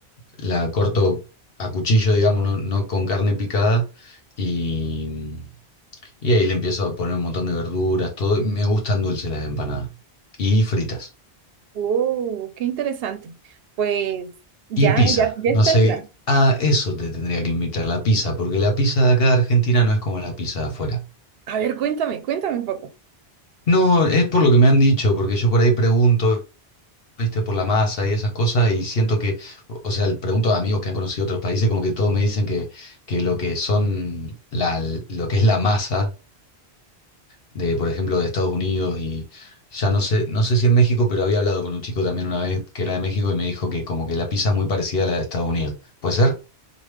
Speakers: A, on the left; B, on the right.
A: la corto a cuchillo, digamos, no, no con carne picada. Y, y ahí le empiezo a poner un montón de verduras, todo. Me gustan dulces las empanadas. Y fritas.
B: Oh, qué interesante. Pues ya,
A: Y pizza,
B: ya, ya
A: no
B: está
A: sé.
B: el plan.
A: a eso te tendría que invitar, la pizza, porque la pizza de acá de Argentina no es como la pizza de afuera.
B: A ver, cuéntame, cuéntame un poco.
A: No, es por lo que me han dicho, porque yo por ahí pregunto, viste, por la masa y esas cosas, y siento que, o o sea, le pregunto a amigos que han conocido otros países, como que todos me dicen que, que lo que son la, lo que es la masa de, por ejemplo, de Estados Unidos y ya no sé, no sé si en México, pero había hablado con un chico también una vez que era de México y me dijo que como que la pizza es muy parecida a la de Estados Unidos. ¿Puede ser?